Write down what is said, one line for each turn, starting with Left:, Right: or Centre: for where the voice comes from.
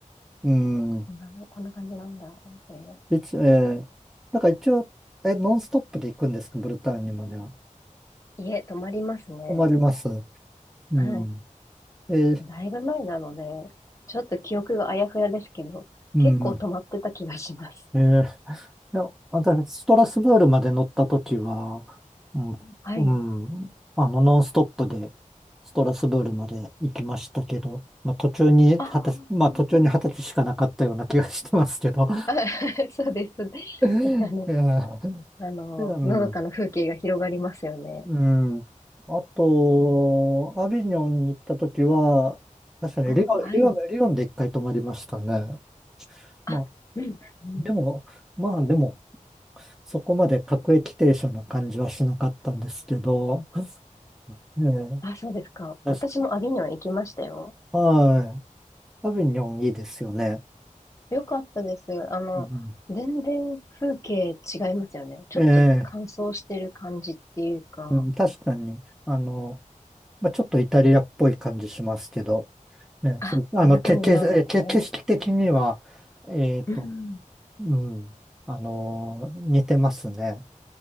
Centre: うん
Left: こんな、こんな感じなんだ、みたいな。
Centre: 一、ええ、だから一応、え、ノンストップで行くんですか、ブルターニュまでは。
Left: いえ、止まりますね。
Centre: 困ります。うん。
Left: は
Centre: えー
Left: い。だいぶ前なので、ちょっと記憶があやふやですけど、
Centre: うん。
Left: 結構止まってた気がします。
Centre: えーいや、私、ストラスブールまで乗ったときは、うん、
Left: はい。
Centre: うん、あの、ノンストップで、ストラスブールまで行きましたけど、まあ、途中に、
Left: ああ、
Centre: 二十歳、まあ、
Left: うんうん。
Centre: 途中に二十歳しかなかったような気がしてますけど。
Left: あ、<laughs> そうです。<laughs>
Centre: <laughs> えー
Left: あの、あの、
Centre: うん、
Left: のどかな風景が広がりますよね。
Centre: うん。あと、
Left: うん
Centre: アビニョンに行ったときは、確かにリオン、
Left: おー、はい。
Centre: リオン、リオンで一回泊まりましたね。
Left: あ、
Centre: まあ、
Left: うん、うん。
Centre: でも、まあ、でも、そこまで各駅停車の感じはしなかったんですけど、ええ、
Left: あ、そうですか。
Centre: 確か、
Left: 私もアビニョン行きましたよ。
Centre: はい。アビニョンいいですよね。
Left: よかったです。あの、
Centre: うん、
Left: 全然風景違いますよね。ちょっと乾燥してる感じっていうか、
Centre: ええ、うん、確かに、あの、まあ、ちょっとイタリアっぽい感じしますけど、ね、ふあの、
Left: あ、あんな感じなんですね。
Centre: け、け、えけ、景色的には、えっと、
Left: うん。
Centre: うん、あの、似てますね、